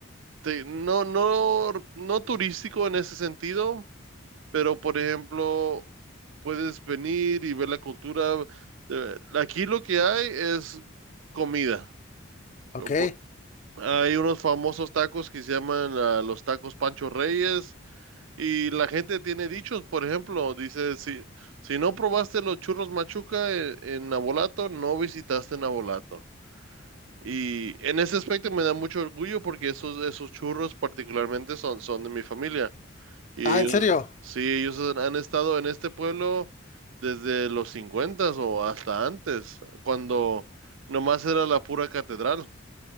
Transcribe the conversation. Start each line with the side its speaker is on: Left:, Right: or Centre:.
Right: te- no, no, no turístico en ese sentido, pero por ejemplo, puedes venir y ver la cultura. Te- Aquí lo que hay es comida.
Left: ok.
Right: Po- Hay unos famosos tacos que se llaman ah, los tacos Pancho Reyes y la gente tiene dichos, por ejemplo, dice, si, si no probaste los churros Machuca en, en Nabolato, no visitaste Nabolato. Y en ese aspecto me da mucho orgullo porque esos, esos churros particularmente son, son de mi familia. Y
Left: Ah, ¿en
Right: ellos,
Left: serio?
Right: sí, ellos han han estado en este pueblo desde los cincuentas o hasta antes, cuando nomás era la pura catedral.